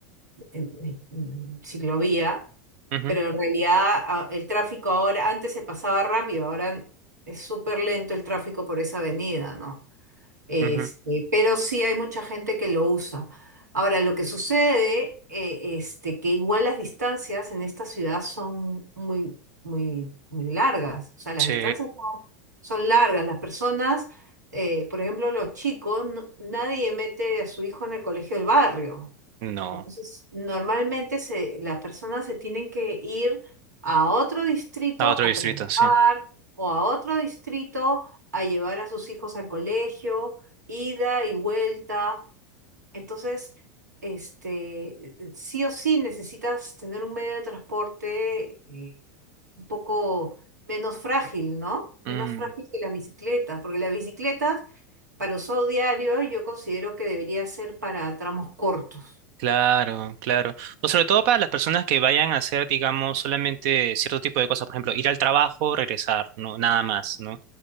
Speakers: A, on the right; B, on the right.
A: en- en- en ciclovía
B: Ujú,
A: pero en realidad a- el tráfico ahora, antes se pasaba rápido, ahora es súper lento el tráfico por esa avenida, ¿no? Este,
B: ujú.
A: pero sí hay mucha gente que lo usa. Ahora, lo que sucede, eh, este, que igual las distancias en esta ciudad son muy, muy, muy largas. O sea, las
B: Sí,
A: distancias no- son largas. Las personas, eh, por ejemplo, los chicos, no- nadie mete a su hijo en el colegio del barrio.
B: no.
A: Entonces, normalmente se, las personas se tienen que ir a otro distrito
B: A otro
A: a
B: distrito,
A: trabajar
B: sí.
A: o a otro distrito a llevar a sus hijos al colegio, ida y vuelta. Entonces, este, sí o sí necesitas tener un medio de transporte eh, un poco menos frágil, ¿no? Menos
B: Mm.
A: frágil que la bicicleta, porque las bicicletas para uso diario yo considero que debería ser para tramos cortos.
B: Claro, claro. O sobre todo para las personas que vayan a hacer, digamos, solamente cierto tipo de cosas, por ejemplo, ir al trabajo, regresar, ¿no? Nada más, ¿no?